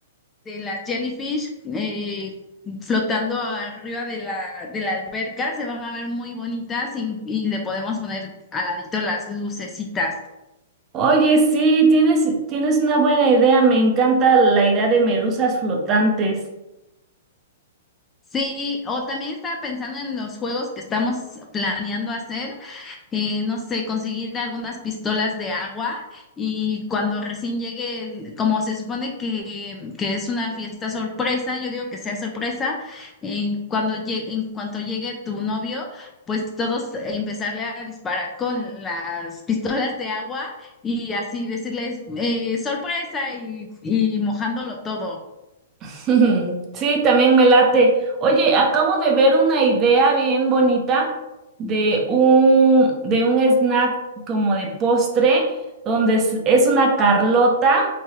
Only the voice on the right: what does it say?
Oye, sí, tienes, tienes una buena idea. Me encanta la idea de medusas flotantes.
<laughs> Sí, también me late. Oye, acabo de ver una idea bien bonita de un, de un snack como de postre, donde es, es una carlota